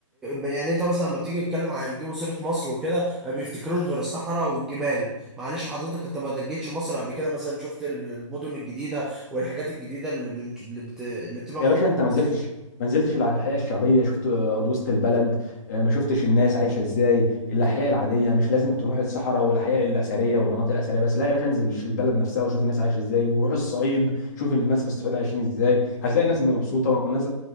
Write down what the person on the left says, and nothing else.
يا
باشا أنت
ما
نزلتش ما نزلتش الأحياء الشعبية شفت أرض وسط البلد آه، ما شفتش الناس عايشة إزاي الأحياء العادية مش لازم تروح الصحراء والأحياء الأثرية والمناطق الأثرية بس لا يا باشا انزل ش- البلد نفسها وشوف الناس عايشة إزاي وروح الصعيد شوف الناس في الصعيد عايشين إزاي هتلاقي الناس مبسوطة والناس